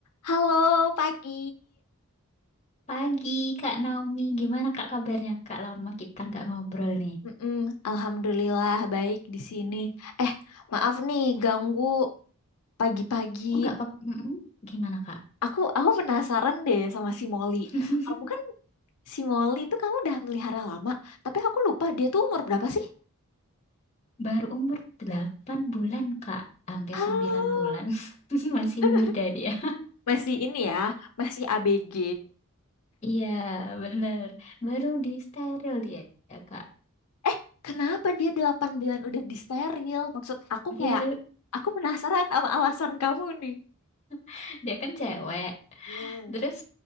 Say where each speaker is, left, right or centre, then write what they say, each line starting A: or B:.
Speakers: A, on the left; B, on the left.
A: Halo, pagi.
B: Pagi, Kak Naomi. Gimana Kak kabarnya? Kak, lama kita nggak ngobrol nih.
A: Mm-mm, Alhamdulillah baik di sini. Eh, maaf nih ganggu pagi-pagi.
B: Oh, nggak apa-apa. Mm-mm. Gimana Kak?
A: Aku aku penasaran deh sama si Molly.
B: <laughs>
A: Kamu kan si Molly itu kamu udah melihara lama, tapi aku lupa dia tuh umur berapa sih?
B: Baru umur 8 bulan Kak. Hampir
A: Halo.
B: 9 bulan. <laughs> Masih
A: <laughs>
B: muda dia.
A: Masih ini ya, masih ABG.
B: Iya, bener. Baru di steril dia ya Kak.
A: Eh, kenapa dia 8 bulan udah disteril? Maksud aku
B: Biar
A: kayak aku penasaran sama alasan kamu nih.
B: <laughs> dia kan cewek.
A: Hmm.
B: Terus